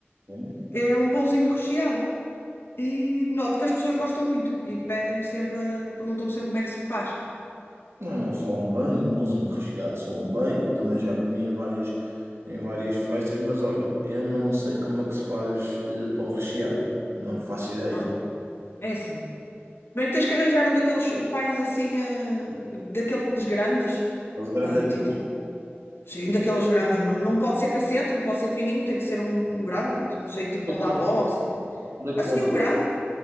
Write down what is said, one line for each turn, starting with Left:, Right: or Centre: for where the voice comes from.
Right: Sim?
Left: é um pãozinho recheado. E noto que as pessoas gostam muito e pedem-me sempre, eh, perguntam-me sempre como é que se faz.
Right: Não, só um bem, um pãozinho recheado, só um bem. Eu também já comi em várias, em várias festas, mas olha, eu não sei como é que se faz eh, pão recheado. Não faço ideia.
Left: Olha, é assim. Bem, tens que arranjar um daqueles pães assim, eh, daqueles grandes,
Right: Os grandalhões.
Left: ah, tipo Sim, um daqueles grandes. Não, não pode ser cacete, não pode ser fininho, tem que ser um, um grande. Não sei, tipo
Right: Onde
Left: pão
Right: é que
Left: da
Right: compra?
Left: avó, assim.
Right: Onde é que
Left: Assim,
Right: compra?
Left: um grande,